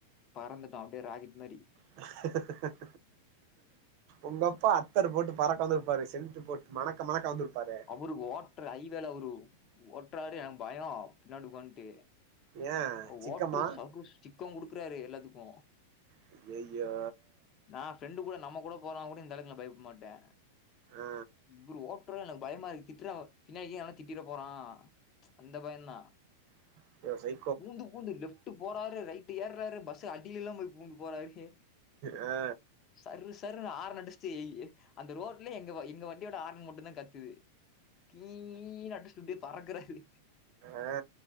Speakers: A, on the left; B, on the right.
A: பறந்துட்டோ அப்டே ராக்கெட் மாரி
B: <unintelligible> உங்கப்பா அத்தர் போட்டு பறக்க வந்துருப்பாரே சென்ட்டு போட்டு மணக்க மணக்க வந்துருப்பாரே
A: அவுரு ஓட்ற அய்வேல அவுரு ஓட்றாரு எனக்கு பயோ பின்னாடி ஒக்கான்ட்டு
B: ஏ
A: அவுரு
B: சிக்கமா
A: ஓட்ற சறு சிக்கம் குடுக்குறாரு எல்லாத்துக்கு
B: அய்யய்யோ
A: நா ஃப்ரெண்டு கூட நம்ம கூட போனா கூட இந்தளக்கு நா பயப்புட மாட்டே
B: ஆ
A: இவரு ஒட் உற்றுனு எனக்கு பயமாருக்கு திட்றாவோ பின்னாடிகி எவனா திட்டிட போறா அந்த பயந்தா
B: <unintelligible> சை
A: பூந்து பூந்து லெஃப்ட்டு போறாரு ரைட்டு ஏர்றாரு பஸ் அடிலலா போய் பூந்து போறாரு
B: ஆ
A: சர்ரு சர்ருனு ஆரன் அடிச்சிட்டு ஏ ஏ அந்த ரோட்லே எங்க வ எங்க வண்டியோட ஆரன் மட்டுந்தா கத்துது கீங் கீன்னு அடிச்சிட்டு பறக்குறாரு
B: ஆ